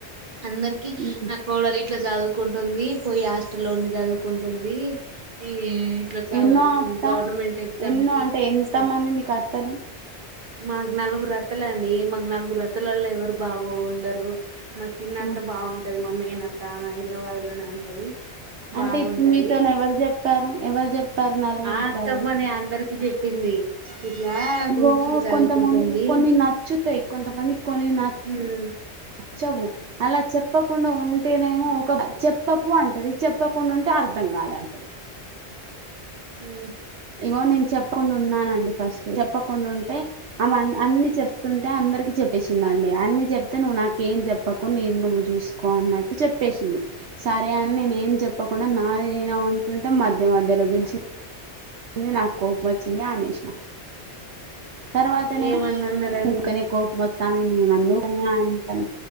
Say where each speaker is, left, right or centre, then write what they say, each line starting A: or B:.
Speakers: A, on the right (about 45°); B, on the right (about 80°).
A: అందరికి
B: మ్మ్
A: నా కోడలి ఇట్లా చదువుకుంటుంది. పోయి హాస్టల్లో ఉండి చదువుకుంటుంది. ఈ ఇట్లా చా
B: ఎన్నో
A: గు
B: అత్త
A: గవర్నమెంట్ ఎగ్జామ్
B: ఎన్నో
A: కి
B: అంటే ఎంత
A: స
B: మంది మీకు అత్తలు
A: మాకు నలుగురు అత్తలండి. మాకు నలుగురు అత్త లల్లో ఎవరు బాగు ఉండరు. మా చిన్నత్త
B: హ్మ్.
A: బాగుం మా మేనత్త హైదరాబాద్ లోనే ఉంటది. బాగుంటది
B: అంటే ఇప్పుడు మీతోను ఎవరు చెప్పారు. ఎవరు చెప్పారు నలుగురు
A: ఆ
B: ఇట్లలో
A: అత్తమ్మనే అందరికి చెప్పింది ఇట్లా
B: ఇగో
A: గ్రూప్స్ కు చదువుకుంటుంది
B: కొంతమందికి కొన్ని నచ్చుతయి. కొంతమందికి కొన్ని న
A: ఉమ్
B: నచ్చవు అలా చెప్పకుండా ఉంటేనేమో, ఒక చెప్పకు అంటది. చెప్పకుండా ఉంటే అర్ధం కాద అంటది.
A: ఉ
B: ఇగో నేను చెప్పకుండా ఉన్నానండి. ఫస్ట్ చెప్పకుండా ఉంటే ఆమె అన్ని చెప్ప చెప్తుంటే అందరికి చెప్పేసింది అండి. అన్ని చెప్తే నువ్వు నాకేం చెప్పకు. నీది నువ్వు చూసుకో అన్నట్టు చెప్పేసింది. సరే అని నేను ఏం చెప్ప పకుండా నాదే ఇగ అంటే మధ్య మధ్యలో పిలిచి ని నాకు కోపం వచ్చింది అనేసి తర్వాతనే
A: ఏమన్నా అన్నారండి
B: ఊరకనే కోప మొత్తాందనే నన్ను అంటను